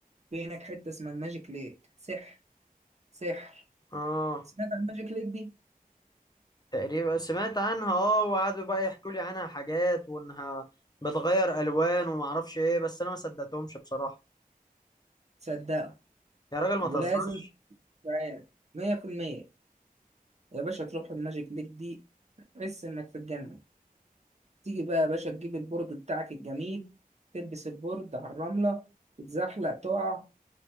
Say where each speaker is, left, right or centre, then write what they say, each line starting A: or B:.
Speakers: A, on the right (about 45°); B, on the left (about 25°).
A: في هناك حتة اسمها الماجيك ليك سحر سحر
B: اه
A: سمعت عن الماجيك ليك دي؟
B: تقريبا سمعت عنها اه وقعدوا بقى يحكوا لي عنها حاجات وانها بتغير الوان وما اعرفش ايه بس انا ما صدقتهمش بصراحه
A: صدقها
B: يا راجل ما
A: ولازم
B: تهزرش
A: تعالى مية في المية يا باشا تروح الماجيك ليك دي تحس إنك في الجنة تيجي بقى يا باشا تجيب البورد بتاعك الجميل تلبس البورد على الرملة تتزحلق تقع